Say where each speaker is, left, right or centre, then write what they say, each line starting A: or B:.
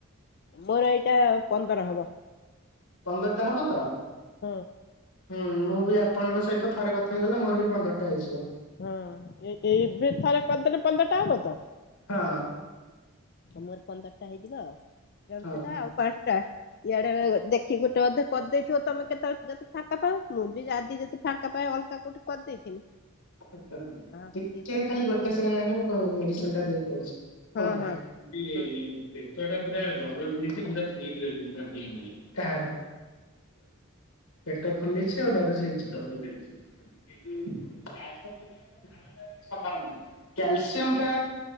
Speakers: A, on the left (about 45°); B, on the left (about 85°).
A: ମୋର ଏଇଟା ପନ୍ଦର ହବ।
B: ପନ୍ଦରଟା ହବ ତ।
A: ହଁ
B: ହୁଁ ମୁଁ ବି ଆପଣଙ୍କ ସହିତ ଥରେ କଥା ହେଇଗଲେ ମୋର ବି ପନ୍ଦରଟା ହେଇଯିବ।
A: ହଁ ଏ ଏବେ ଥରେ ପନ୍ଦଟ ପନ୍ଦରଟା ହବ ତ?
B: ହଁ
A: ମୋର ପନ୍ଦରଟା ହେଇଯିବ। ଆଉ ରହୁଛି
B: ହଁ।
A: ତ ଆଉ ପାଞ୍ଚଟା ଇଆଡେ ଦେଖ ଗୋଟେ ଅଧେ କରିଦେଇଥିବ ତମେ କେତେବେଳେ ଯଦି ଫାଙ୍କା ପାଉ ମୁଁ ବି ଆଜି ଯଦି ଫାଙ୍କା ପାଏ ଅଲଗା କୋଉଠି କରିଦେଇଥିବି
B: <inaudible> ଟିକେ
A: ଆଉ ଇଏ କରିବି
B: ଖାଲି ଗୋଟେ ଗୋଟେ ସେକେଣ୍ଡ ପାଇଁ ମୁଁ ଟିକେ ମେଡିସିନ୍ ଟା ଦେଇ କି,
A: ହଁ
B: କୁହନ୍ତୁ ଭାଇ।
A: ହଁ ହଁ
B: ପେଟ ଟା ପୁରା ଦରଜ ହେଇଛି ପୁରା ଫୁଲିକି ରଖିଛି ନାନୀ, କାହାର? ପେଟ ଫୁଲିଛି ଆଉ ଦରଜ ହେଇଛି? ଦରଜ ହେଇଛି ଏଇ ଯୋଉ <inaudible> ଝାଡ଼ା ସଫା ହଉନି। କ୍ୟାଲସିୟମ ଟା